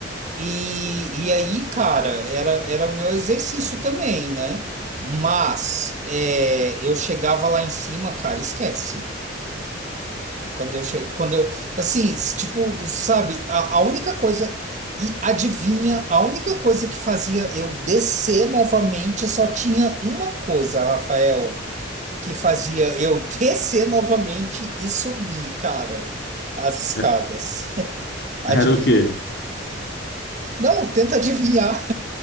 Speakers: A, on the right (about 40°); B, on the left (about 65°).
A: E, e aí, cara, era era meu exercício também, né? Mas é, eu chegava lá em cima, cara, esquece. Quando eu chego, quando eu, assim, s- tipo, sabe, a, a única coisa, e adivinha, a única coisa que fazia eu descer novamente só tinha uma coisa, Rafael, que fazia eu <laughs> descer novamente e subir, cara, as escadas.
B: É,
A: Adivinha?
B: Era o quê?
A: Não, tenta adivinhar.